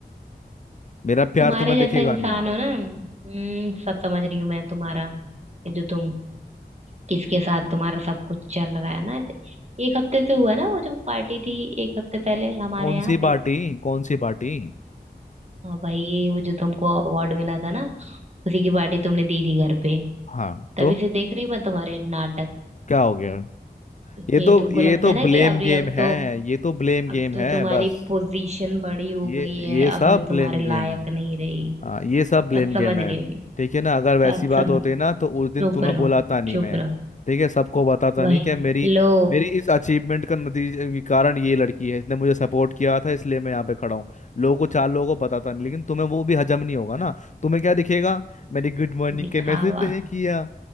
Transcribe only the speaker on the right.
तुम्हारे
जैसा
इंसान
हो ना हम्म सब समझ रही हूँ मैं तुम्हारा ये जो तुम किसके साथ तुम्हारा सब कुछ चल रहा है ना ऐसे एक हफ्ते से हुआ है ना वो जो पार्टी थी एक हफ्ते पहले हमारे
यहाँ
पे
हाँ भाई वो जो तुमको अवार्ड मिला था ना उसी की पार्टी तुमने दी थी घर पे
तभी
से देख रही मैं तुम्हारे नाटक
तो यही
तुमको
लगता
है ना
कि अरे
अब तो
अब
तो
तुम्हारी
पोजीशन बड़ी हो
गई है
अब मैं तुम्हारे
लायक
नहीं रही
सब समझ
रही हूँ मैं,
सब
समझ
चुप
रहो
चुप
रहो
वही
लो
दिखावा